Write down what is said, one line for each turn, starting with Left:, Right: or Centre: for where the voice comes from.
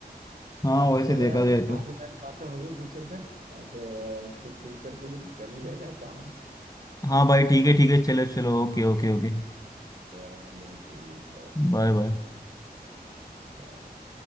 Left: हाँ वैसे
Right: चलो
Left: देखा
Right: यार
Left: जाए तो
Right: काफी सारी बातें हो गई फ्यूचर पे अब अ, कुछ फ्यूचर के लिए कुछ कर लिया जाए काम
Left: हाँ भाई ठीक है ठीक है चलो चलो okay okay okay
Right: चलो ठीक है
Left: Bye bye
Right: बाय